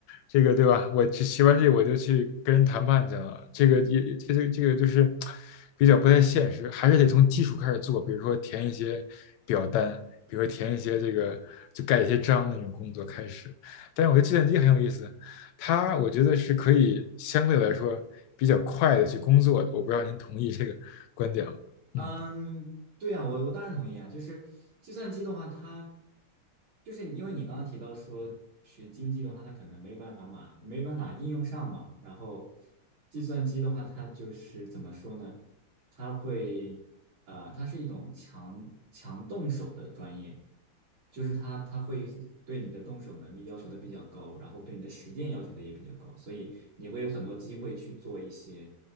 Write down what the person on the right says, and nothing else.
嗯嗯。嗯
嗯，
对啊，我我当然同意啊。就是计算机的话，它就是因为你刚刚提到说学经济的话，它可能没有办法嘛，没有办法应用上嘛。然后计算机的话，它就是怎么说呢？它会呃，它是一种强强动手的专业，就是它它会对你的动手能力要求的比较高，然后对你的实践要求的也比较高，所以你会有很多机会去做一些。